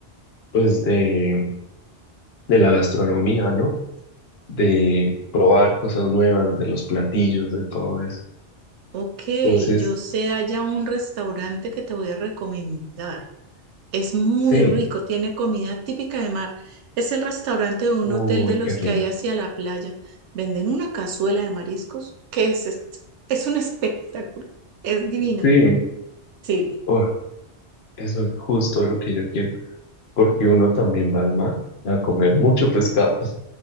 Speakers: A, on the left; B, on the right.
A: pues, de, de la gastronomía, ¿no? De probar cosas nuevas, de los platillos, de todo eso.
B: Ok,
A: Entonces,
B: yo sé allá un restaurante que te voy a recomendar. Es muy
A: sí,
B: rico, tiene comida típica de mar. Es el restaurante de un
A: uy,
B: hotel de los
A: qué rico,
B: que hay hacia la playa. Venden una cazuela de mariscos que es, es es un espectáculo. Es divina.
A: sí,
B: Sí.
A: oh, eso es justo lo que yo quiero. porque uno también va al mar a comer mucho pescado. <laughs>